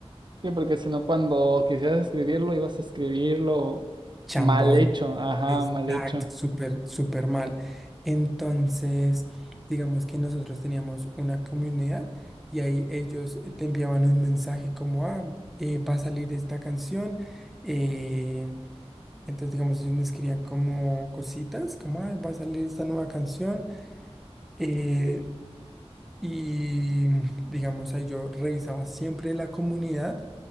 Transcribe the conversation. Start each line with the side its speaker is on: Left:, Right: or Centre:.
Right: Sí, porque si no, cuando quisieras escribirlo, ibas a escribirlo
Centre: Chambón.
Right: mal hecho. Ajá,
Centre: Exacto,
Right: mal hecho.
Centre: súper, súper mal. Entonces, digamos que nosotros teníamos una comunidad y ahí ellos eh, te enviaban un mensaje como, ah, eh, va a salir esta canción. eh, entonces, digamos, ellos me escribían como cositas, como, ah, va a salir esta nueva canción. Eh, y digamos, ahí yo revisaba siempre la comunidad